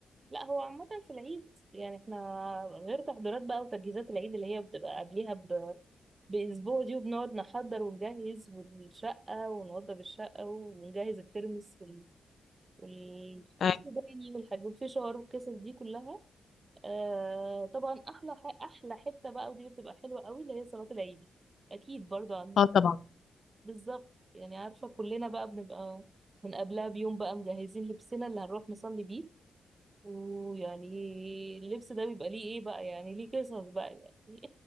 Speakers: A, on the right (about 35°); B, on the left (about 70°).
A: لا هو عامة في العيد يعني احنا غير تحضيرات بقى وتجهيزات العيد اللي هي بتبقى قبليها ب... بأسبوع دي وبنقعد نحضر ونجهز والشقة ونوضب الشقة ونجهز الترمس وال... وال...
B: اه
A: والصوباني والحاجات والفشار والقصص دي كلها آه طبعا أحلى ح... أحلى حتة بقى ودي بتبقى حلوة قوي اللي هي صلاة العيد أكيد برضه عن-
B: آه طبعا
A: بالظبط يعني عارفة كلنا بقى بنبقى من قبلها بيوم بقى مجهزين لبسنا اللي هنروح نصلي بيه ويعني اللبس ده بيبقى ليه ايه بقى يعني ليه قصص بقى يعني